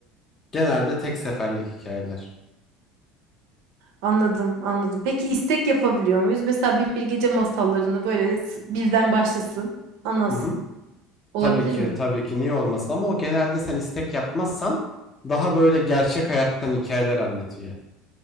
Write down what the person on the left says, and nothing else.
genelde tek seferlik hikayeler.
Hı hı.
Tabii ki,
tabii ki niye olmasın ama o genelde sen istek yapmazsan daha böyle gerçek hayattan hikayeler anlatıyor.